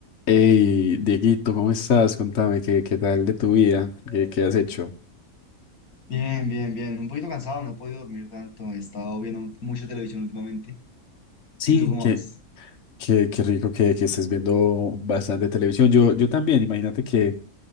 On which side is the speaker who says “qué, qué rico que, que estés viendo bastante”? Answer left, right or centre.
Left